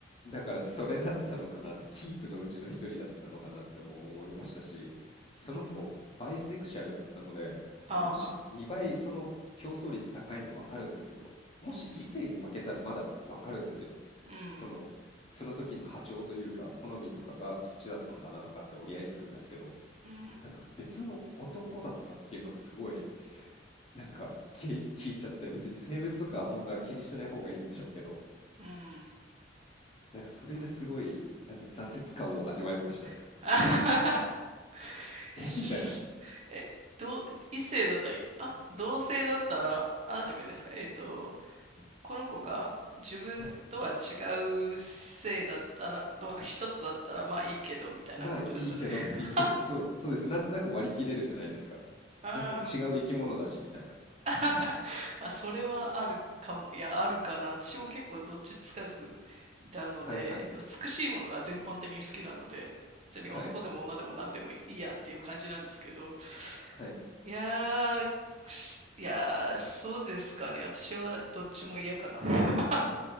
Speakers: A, on the left (about 30°); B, on the right (about 35°).
A: だからそれだったのかなってキープのうちの一人だったのかなっても思いましたしその子バイセクシャルだったので、
B: うん。ああは。
A: まあ、もし2倍その競争率高いのは分かるんですけどもし異性に負けたらまだ分かるんですよ。
B: うん。うん。
A: そのその時の波長というか、好みとかがそっちだったんだなとかって折り合いつくんですけど、
B: うん。
A: なんか別の男だったっていうのがすごい、なんか聞い聞いちゃって、別に性別とか本当は気にしない方がいいんでしょうけど、
B: うん。
A: なんかそれですごい、なんか挫折感を味わいましたね。
B: <laughs> あははは <laughs>
A: えみたいな。
B: すえ、どう、異性だったり、あ、同性だったら、あ、
A: な
B: なんて言えばいいんですか、えっと、この子が自分とは違う性だったら、
A: はい。
B: と人とだったら、まあいいけど、みたいなことですよね。
A: まあいいけどっていうふうな、
B: <laughs>
A: そう、そうです。なんとなく割り切れるじゃないですか。
B: あー、
A: なんか違う生き物だしみたいな。
B: <laughs> あ、それはあるかも。いや、あるかな。私も結構どっちつかずなので、
A: はいはい。
B: 美しいものが全般的に好きなので、別に男でも女でも何でもいいやっていう感じなんですけど、
A: はい。はい。
B: いやー、くすいやー、そうですかね。私はどっちも嫌かな。<laughs>